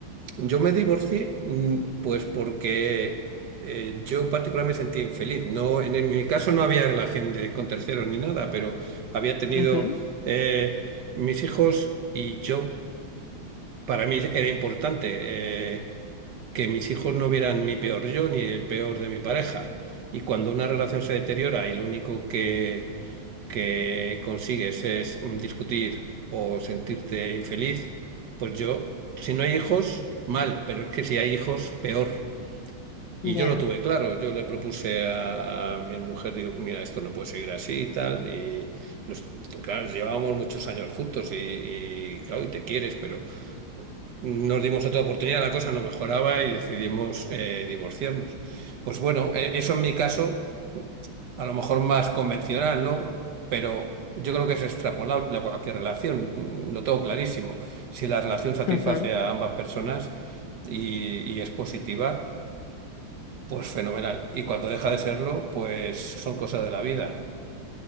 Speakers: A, on the right (about 60°); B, on the left (about 70°).
A: Yo me divorcié mm, pues porque eh, yo en particular me sentía infeliz. No, en, en mi caso no había relación de- con terceros ni nada, pero había tenido
B: ujú,
A: eh, mis hijos y yo para mí era importante eh, que mis hijos no vieran mi peor yo ni el peor de mi pareja. Y cuando una relación se deteriora y lo único que, que consigues es mm, discutir o sentirte infeliz, pues yo, si no hay hijos, mal, pero es que si hay hijos, peor. Y
B: ya,
A: yo lo tuve claro, yo le propuse a, a mi mujer, digo, mira, esto no puede seguir así y tal, y los, claro, llevábamos muchos años juntos y, y claro, y te quieres, pero... Nos dimos otra oportunidad, la cosa no mejoraba y decidimos eh, divorciarnos. Pues bueno, e- eso en mi caso, a lo mejor más convencional, ¿no? Pero yo creo que es extrapolable a cualquier relación, mm, lo tengo clarísimo. Si la relación satisface
B: ujú,
A: a ambas personas y, y es positiva, pues fenomenal. Y cuando deja de serlo, pues son cosas de la vida.